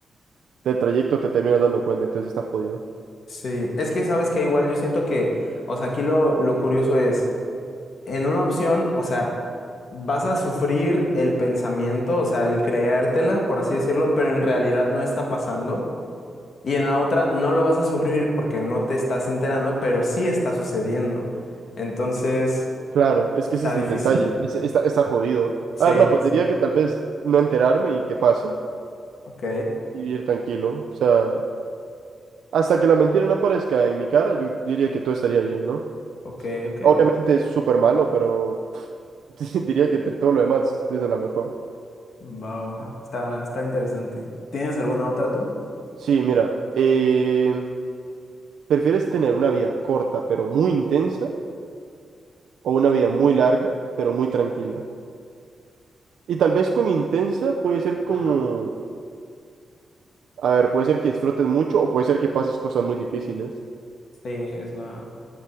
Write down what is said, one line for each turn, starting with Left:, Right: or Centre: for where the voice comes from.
Right: del trayecto te terminas dando cuenta, entonces está jodido.
Left: Sí. Es que sabes que igual yo siento que, o sea, aquí lo, lo curioso es, en una opción, o sea, vas a sufrir el pensamiento, o sea, el creértela, por así decirlo, pero en realidad no está pasando. Y en la otra no lo vas a sufrir porque no te estás enterando, pero sí está sucediendo. Entonces,
Right: Claro, es que
Left: está
Right: ese es el
Left: difícil.
Right: detalle, es- está, está jodido.
Left: Sí,
Right: A ver, no, pues
Left: sí, sí.
Right: diría que tal vez no enterarme y que pase
Left: Ok,
Right: y vivir tranquilo. O sea, hasta que la mentira no aparezca en mi cara, yo diría que todo estaría bien, ¿no?
Left: ok, ok.
Right: Obviamente es súper malo, pero <laughs> diría que entre todo lo demás, esa es la mejor.
Left: Va, va, va. Está, está interesante. ¿Tienes alguna otra tú?
Right: Sí, mira, eh, ¿prefieres tener una vida corta pero muy intensa o una vida muy larga pero muy tranquila? Y tal vez con intensa puede ser como,
Left: Ajá.
Right: a ver, puede ser que disfrutes mucho o puede ser que pases cosas muy difíciles,
Left: Sí, es la,